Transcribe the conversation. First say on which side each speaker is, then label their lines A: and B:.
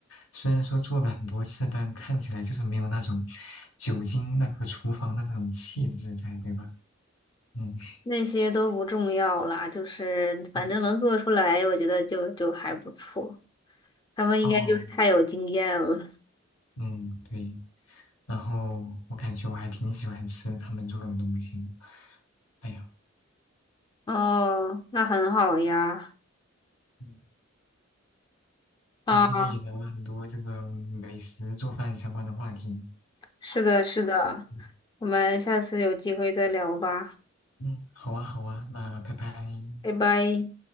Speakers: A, on the left; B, on the left.
A: 虽然说做了很多次，但看起来就是没有那种酒精那个厨房的那种气质在，对吧？嗯，
B: 那些都不重要啦，就是反正能做出来，
A: 嗯
B: 我觉得就就还不错。他们应该就是太有经验了。
A: 哦，嗯，对。然后我感觉我还挺喜欢吃他们做的东西。哎呀，
B: 哦，那很好呀。
A: 嗯，
B: 啊，
A: 那今天也聊了很多这个美食做饭相关的话题。
B: 是的，是的，
A: 嗯，
B: 我们下次有机会再聊吧，
A: 嗯好啊，好啊，那拜拜。
B: 拜拜。